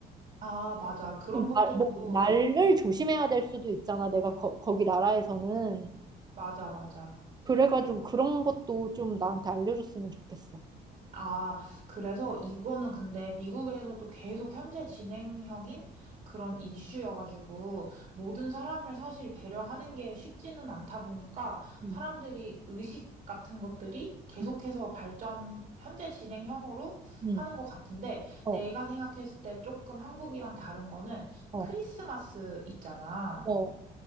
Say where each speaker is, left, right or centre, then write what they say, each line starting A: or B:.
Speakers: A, on the right (about 45°); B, on the right (about 25°).
A: 아, 맞아. 그런 것들도,
B: 아, 뭐 날을 조심해야 될 수도 있잖아. 내가 거, 거기 나라에서는
A: 맞아, 맞아.
B: 그래가지고 그런 것도 좀 나한테 알려줬으면 좋겠어.
A: 아, 그래서 이거는 근데 미국에서도 계속 현재 진행형인 그런 이슈여가지고 모든 사람을 사실 배려하는 게 쉽지는 않다 보니까
B: 응,
A: 사람들이 의식 같은 것들이 계속해서
B: 응,
A: 발전, 현재 진행형으로
B: 응,
A: 하는 것 같은데
B: 어,
A: 내가 생각했을 때 조금 한국이랑 다른 거는
B: 어,
A: 크리스마스 있잖아.
B: 어,